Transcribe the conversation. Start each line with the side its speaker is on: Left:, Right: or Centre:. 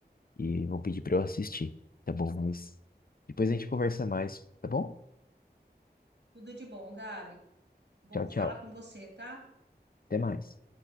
Left: e vão pedir para eu assistir, tá bom? Mas depois a gente conversa mais, tá bom?
Right: Tudo de bom, Gabi. Bom
Left: Tchau, tchau.
Right: falar com você, tá?
Left: Até mais.